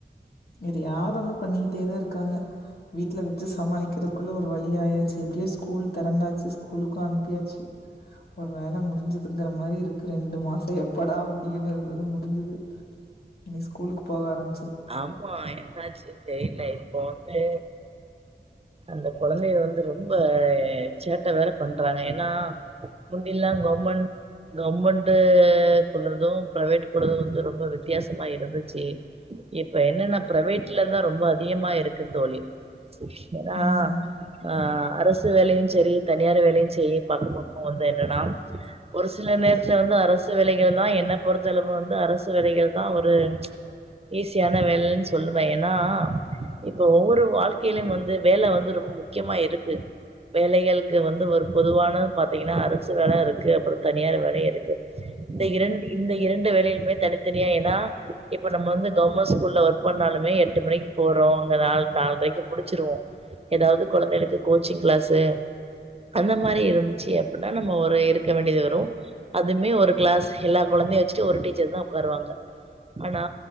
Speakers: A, on the left; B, on the right.
A: எதயாது ஒன் பண்ணிக்கிட்டே தான் இருக்காங்க வீட்ல வச்சு சமாளிக்கிறதுக்குள்ள ஒரு வழி ஆயாச்சு எப்டியோ ஸ்கூல் திறந்தாச்சு ஸ்கூலுக்கும் அனுப்பியாச்சு ஒரு வேலை முடிஞ்சதுங்கிற மாரி இருக்கு ரெண்டு மாசம் எப்படா முடியுனு இருந்து முடிஞ்சுது இனி ஸ்கூலுக்கு போக ஆரம்
B: ஆமா என்னாச்சு தெரில இப்போ வந்து அந்த கொழந்தைகள் வந்து ரொம்ப சேட்டை வேற பண்றாங்க ஏன்னா முந்தில்லாம் கவர்மெண்ட் கவர்மெண்ட உள்ளதும் பிரைவேட் உள்ளதும் வந்து ரொம்ப வித்தியாசமா இருந்துச்சி இப்ப என்னன்னா பிரைவேட்ல தா ரொம்ப அதிகமா இருக்கு தோழி ஏன்னா
A: ம்
B: ஆ அரசு வேலையும் செரி தனியார் வேலையும் செரி பக்க பக்கம் வந்து என்னன்னா ஒரு சில நேரத்துல வந்து அரசு வேலைகள் தா என்ன பொறுத்தளவு வந்து அரசு வேலைகள் தா ஒரு ஈஸியான வேலைன்னு சொல்லுவேன் ஏன்னா இப்போ ஒவ்வொரு வாழ்க்கைலயும் வந்து வேலை வந்து ரொம்ப முக்கியமா இருக்கு வேலைகளுக்கு வந்து ஒரு பொதுவான பாத்தீங்கன்னா அரசு வேலை இருக்கு அப்றோ தனியார் வேலை இருக்கு இந்த இரண்டு இந்த இரண்டு வேலைகளுமே தனித்தனியா ஏன்னா இப்ப நம்ம வந்து கவர்மெண்ட் ஸ்கூல் ஒர்க் பண்ணாலுமே எட்டு மணிக்கு போறோம் அங்க நாலு நால் அரைக்கு முடிச்சிருவோம் ஏதாது கொழந்தைகளுக்கு கோச்சிங் கிளாஸு அந்த மாரி இருந்துச்சி அப்டின்னா நம்ம ஒரு இருக்க வேண்டியது வரும் அதுமே ஒரு கிளாஸ் எல்லா கொழந்தையும் வச்சுட்டு ஒரு டீச்சர் தா உக்காருவாங்க ஆனா